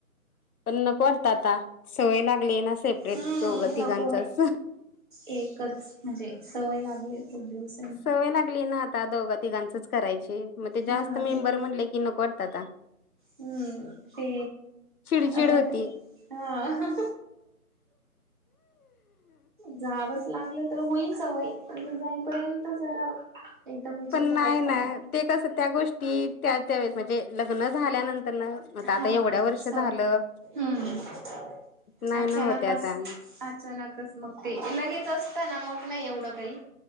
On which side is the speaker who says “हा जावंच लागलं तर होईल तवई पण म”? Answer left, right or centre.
Right